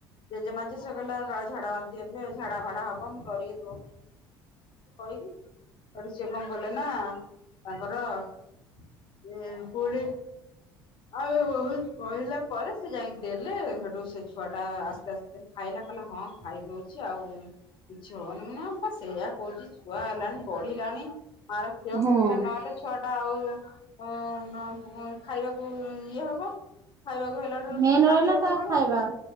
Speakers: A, on the left; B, on the right.
A: ଜେଜେମାଜେ ସେ କଲା କା ଝାଡ଼ା ବାନ୍ତି ହେବେ ଝାଡା ଭାଡା ହବ ମୁଁ ଡିରିକି ଦଉ <unintelligible> କହିକି ସେଠୁ ସେ କଣ କଲେ ନା ତାଙ୍କର ହେ ପୁଡି ଆଉ ବହୁତ୍ କହିଲା ପରେ ସେ ଯାଇଁ ଦେଲେ ସେଠୁ ସେ ଛୁଆ ଟା ଆସ୍ତେ ଆସ୍ତେ ସେ ଖାଇଲା କହିଲା ହଁ ଖାଇଦଉଛି ଆଉ କିଛି ହବନି ମୁଁ ନା ବା ସେଇଆ କହୁଛି ଛୁଆ ହେଲାଣି ବଢିଲାଣି ମାର କ୍ଷୀର
B: ହୁଁ
A: ସପିସେଣ୍ଟ ନହେଲେ ଛୁଆ ଟା ଆଉ ଉଁ ନ ଉଁ ଖାଇବାକୁ କୁ ଇଏ ହବ ଖାଇବାକୁ ହେ ଲା ଠାରୁ
B: ମେନ୍
A: ସିଏ
B: ରହିଲା
A: କାନ୍ଦିବ
B: ତା
A: ସବୁଳୁ
B: ଖାଇବା